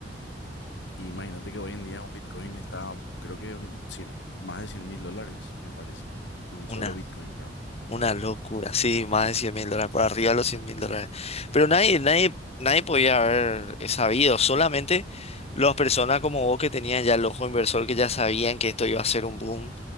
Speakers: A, on the left; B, on the left.
A: imagínate que hoy en día un bitcoin está, creo que cien- más de cien mil dólares, me parece. Un
B: Una.
A: solo bitcoin, ¿verdad?
B: Una locura, sí, más de cien mil dólares, por arriba de los cien mil dólares. Pero nadie, nadie, nadie podía haber eh, sabido, solamente las personas como vos que tenían ya el ojo inversor, que ya sabían que esto iba a ser un boom,